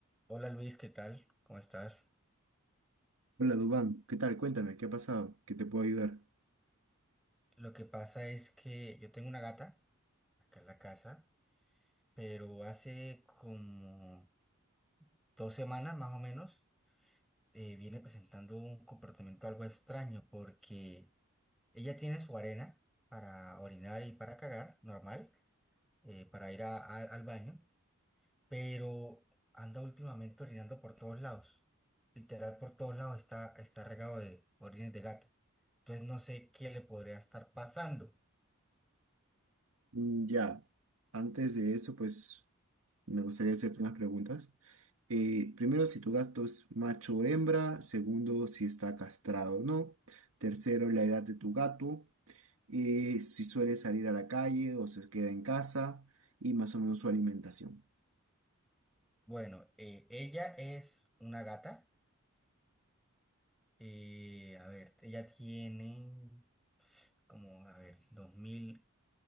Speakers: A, in the centre; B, on the right.
A: Hola Luis, ¿qué tal? ¿Cómo estás?
B: Hola Dubán, ¿qué tal? Cuéntame, ¿qué ha pasado? ¿Qué te puedo ayudar?
A: Lo que pasa es que yo tengo una gata acá en la casa, pero hace como dos semanas más o menos eh, viene presentando un comportamiento algo extraño porque ella tiene su arena para orinar y para cagar, normal, eh, para ir a- a- al baño, pero anda últimamente orinando por todos lados. Literal, por todos lados está, está regado de orines de gata. Entonces no sé qué le podría estar pasando.
B: Mm, Ya, antes de eso, pues me gustaría hacerte unas preguntas. Eh, primero, si tu gato es macho o hembra. Segundo, si está castrado o no. Tercero, la edad de tu gato. Eh, si suele salir a la calle o se queda en casa. Y más o menos su alimentación.
A: Bueno, eh, ella es una gata. eh, a ver, ella tiene como, a ver, dos mil